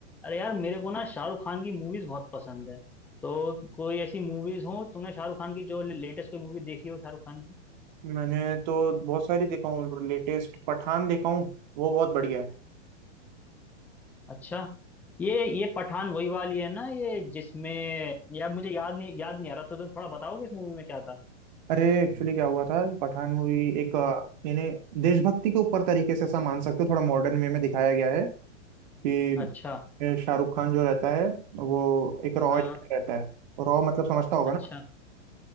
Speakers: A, in the centre; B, on the right.
A: अरे यार मेरे को ना शाहरुख खान की मूवीज बहुत पसंद है तो कोई ऐसी मूवीज हो तुमने शाहरुख खान की जो लेटेस्ट कोई मूवी देखी हो शाहरुख खान की
B: मैंने तो बहुत सारी देखा हूँ लेटेस्ट पठान देखा हूँ वो बहुत बढ़िया है
A: अच्छा ये ये पठान वही वाली है ना ये जिसमें यार मुझे याद नहीं याद नहीं आ रहा तो तुम थोड़ा बताओगे इस मूवी में क्या था
B: अरे एक्चुअली क्या हुआ था पठान मूवी एक अ,
A: हम्म,
B: यानी देशभक्ति के ऊपर तरीके से ऐसा मान सकते हो थोड़ा मॉडर्न वे में दिखाया गया है कि
A: अच्छा
B: अ, शाहरुख खान जो रहता है वो एक रॉ
A: हाँ
B: एजेंट रहता है रॉ मतलब समझता होगा
A: अच्छा
B: ना